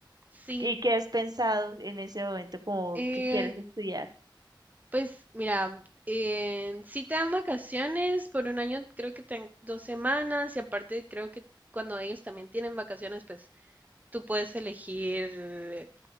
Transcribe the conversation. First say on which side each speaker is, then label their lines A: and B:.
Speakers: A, on the right; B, on the right.
A: sí.
B: y qué has pensado en ese momento, como
A: Eh,
B: que quieres estudiar,
A: pues mira, eh, sí te dan vacaciones por un año, creo que te dan dos semanas y aparte creo que cuando ellos también tienen vacaciones, pues tú puedes elegir